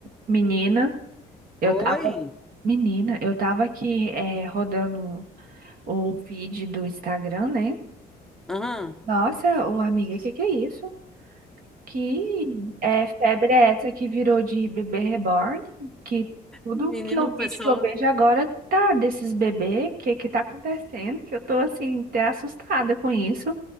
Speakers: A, on the right; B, in the centre.
A: Menina, eu
B: Oi?
A: tava, menina, eu tava aqui é rodando o feed do Instagram, né?
B: Aham.
A: Nossa, ô amiga, que que é isso? Que é, febre é essa que virou de bebê reborn? Que tudo
B: Menino,
A: que eu
B: o
A: vi,
B: pessoal,
A: que eu vejo agora tá desses bebês. Que que tá acontecendo? Que eu tô assim, até assustada com isso.